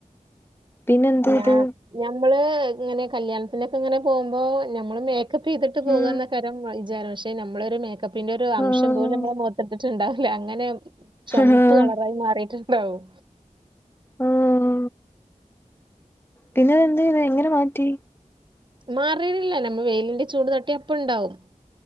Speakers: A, on the left; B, on the right.
A: പിന്നെ എന്ത്
B: ഞ
A: ഇത്
B: ഞമ്മള് ഇങ്ങനെ കല്യാണത്തിനൊക്കെ ഇങ്ങനെ പോകുമ്പോ ഞമ്മള് മേക്കപ്പ് മേക്കപ്പ് ചെയ്തിട്ട് പോകന്നയ്കാരം
A: ഉം
B: വിചാരം പക്ഷെ നമ്മളൊരു മേക്കപ്പിന്റെ ഒരു അംശം
A: ആഹ്
B: പോലും നമ്മളെ മൊത്തിട്ടില്ല ണ്ടാവല്ലേ അങ്ങനെ ചുവപ്പ്
A: ആഹ്
B: കളറായി മാറിയിട്ടുണ്ടാവും
A: ഓ ഓ പിന്നെ എന്ത് ഇത് എങ്ങനെ മാറ്റി
B: മാറിട്ടില്ല നമ്മൾ വെയിലിന്റെ ചൂട് തട്ടിയ അപ്പണ്ടാവും